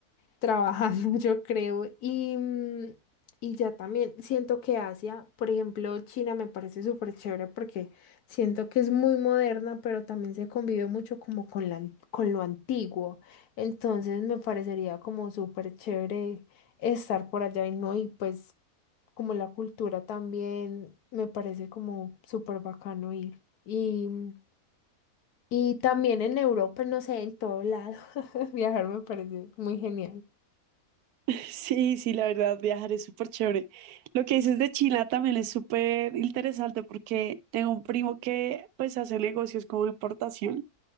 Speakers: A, on the left; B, on the right.
A: trabajando, <laughs> yo creo. Y, mm, y ya también siento que Asia, por ejemplo, China me parece súper chévere porque siento que es muy moderna, pero también se convive mucho como con la, an- con lo antiguo. Entonces me parecería como súper chévere estar por allá y no, y pues como la cultura también me parece como súper bacano ir. Y, mm, y también en Europa, no sé, en todo lado, <laughs> viajar me parece muy genial.
B: <laughs> Sí, sí, la verdad, viajar es súper chévere. Lo que dices de China también es súper interesante porque tengo un primo que pues hace negocios como de importación.